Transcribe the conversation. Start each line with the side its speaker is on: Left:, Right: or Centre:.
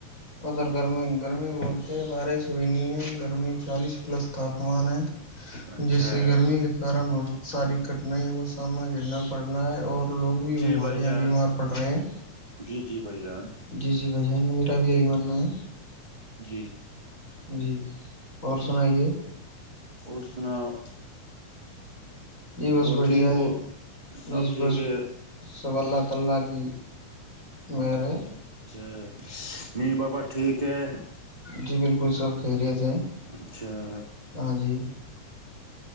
Left: ادھر گرمی گرمی بولتے ہیں بارش ہوئی نہیں ہے گرمی چالیس پلس تاپمان ہے
Right: اچھا
Left: جس سے گرمی کے کارن بہت ساری کٹھنائیوں کا سامنا کرنا پڑ رہا ہے اور لوگ بھی ہمارے
Right: جی بھائی
Left: اں
Right: جان
Left: بیمار پڑ رہے ہیں
Right: جی جی بھائی جان
Left: جی جی بھ جان میرا بھی یہی ماننا ہے
Right: جی
Left: جی اور سنائیے
Right: اور سناؤ
Left: یہی بس
Right: اور
Left: بڑھیا
Right: ٹھیک ہو
Left: ہے
Right: سب
Left: جس
Right: ٹھیک
Left: بس
Right: ہے
Left: سب اللہ تعالی کی میرے
Right: اچھا می بابا ٹھیک ہے
Left: جی بالکل سب خیریت ہیں
Right: اچھا
Left: ہاں جی